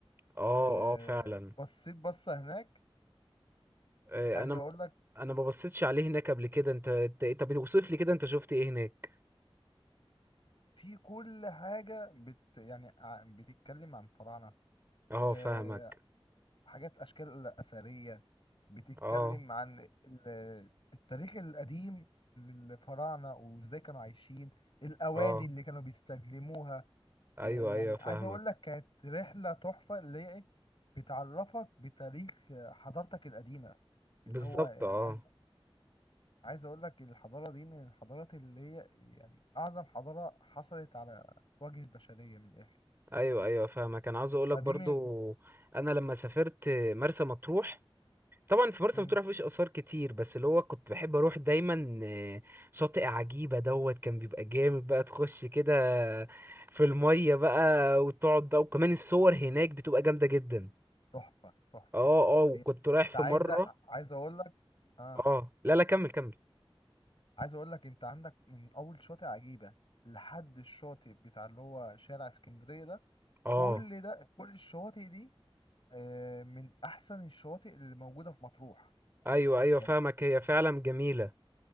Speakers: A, on the right (about 25°); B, on the left (about 55°).
A: اه
B: آه،
A: اه فعلا
B: بصيت بصه هناك
A: آه،
B: عايز
A: انا ما-
B: اقول لك
A: انا ما بصيتش عليه هناك قبل كده انت انت إيه- طب اوصف لي كده انت شفت ايه هناك
B: في كل حاجه بت يعني ع- بتتكلم عن الفراعنه
A: اه
B: آه،
A: فاهمك
B: حاجات اشكال اثريه بتتكلم
A: اه
B: عن ال- التاريخ القديم للفراعنه وازاي كانوا عايشين الاوادي
A: اه
B: اللي كانوا بيستخدموها
A: ايوه
B: آه، يعني
A: ايوه فاهمك
B: عايز اقول لك كانت رحله تحفه اللي هي إيه؟ بتعرفك بتاريخ حضارتك القديمه
A: بالظبط
B: اللي هو يعني
A: اه
B: عايز عايز اقول لك الحضاره دي من الحضارات اللي هي يعني اعظم حضاره حصلت على وجه البشريه من الاخر
A: ايوه ايوه فاهمك انا عاوز اقولك
B: فدي
A: برضو
B: من
A: انا لما سافرت مرسى مطروح طبعا في مرسى
B: مم.
A: مطروح مفيش اثار كتير بس اللي هو كنت بحب اروح دايما آه، شاطئ عجيبه دوت كان بيبقى جامد بقى تخش كده في الميه بقى وتقعد بقى وكمان الصور هناك بتبقى جامده جدا
B: تحفه تحفه
A: اه اه وكنت
B: هي
A: رايح
B: انت
A: في
B: عايزه
A: مره
B: عايز اقول لك اه
A: اه لا لا كمل كمل
B: عايز اقول لك انت عندك من اول شاطئ عجيبه لحد الشاطئ بتاع اللي هو شارع اسكندريه ده
A: اه
B: كل ده كل الشواطئ دي آه، من احسن الشواطئ اللي موجوده في مطروح
A: ايوه ايوه
B: يعني
A: فاهمك هي فعلا جميله